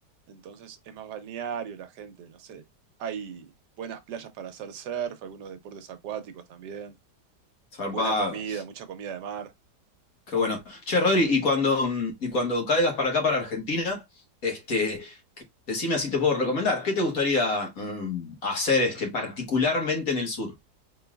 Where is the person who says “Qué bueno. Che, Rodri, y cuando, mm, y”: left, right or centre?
Left